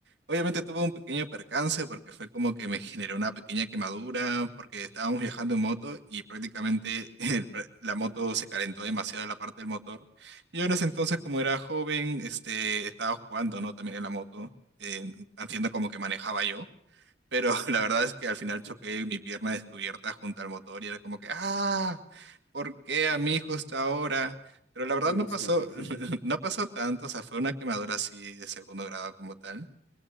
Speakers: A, on the right; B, on the left.
A: Obviamente tuve un pequeño percance porque fue como que me generó una pequeña quemadura porque estábamos viajando en moto y prácticamente <laughs> el pr- la moto se calentó demasiado la parte del motor. Y yo en ese entonces como era joven, este, estaba jugando, ¿no? También en la moto, eh, haciendo como que manejaba yo. Pero <laughs> la verdad es que al final choqué mi pierna descubierta junto al motor y era como que, ah, ¿por qué a mí justo ahora? Pero la verdad
B: Dios,
A: no pasó,
B: me imagino.
A: <laughs> no pasó tanto, o sea, fue una quemadura así de segundo grado como tal.